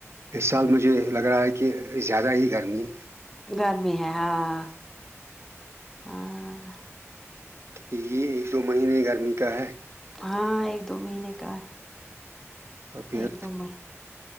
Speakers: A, on the right; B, in the centre.
A: اس سال مجھے لگ رہا ہے کہ زیادہ ہی گرمی
B: گرمی ہے ہاں ہاں
A: یہ ایک دو مہینے گرمی کا ہے
B: ہاں ایک دو مہینے کا
A: تو پھر
B: ایک دو مہینے